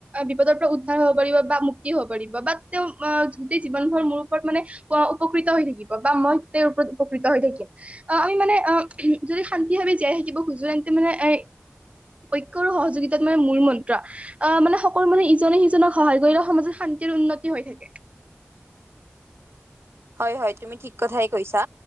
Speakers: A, on the right; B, on the right.
A: বিপদৰ পৰা উদ্ধাৰ হ'ব পাৰিব বা মুক্তি হ'ব পাৰিব বা তেওঁ গোটেই জীৱনভৰ মোৰ ওপৰত মানে অ' উপকৃত হৈ থাকিব বা মই তেওঁৰ ওপৰত উপকৃত হৈ থাকিম। আহ' আমি মানে আহ' যদি শান্তি ভাৱে জীয়াই থাকিব খুজো তেন্তে মানে এ পক্ষৰ সহযোগিতা াত মানে মূল মন্ত্ৰ। অ' মানে সকলো মানে ইজনে সিজনক সহায় কৰিলে সমাজত শান্তিৰ উন্নতি হৈ থাকে।
B: হয় হয়, তুমি ঠিক কথাই কৈছা।